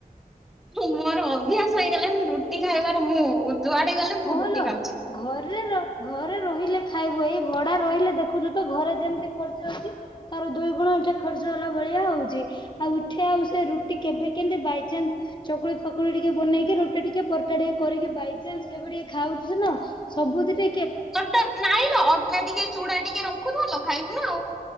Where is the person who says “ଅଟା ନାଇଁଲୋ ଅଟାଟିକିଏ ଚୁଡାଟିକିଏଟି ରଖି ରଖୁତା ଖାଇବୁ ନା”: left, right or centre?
Centre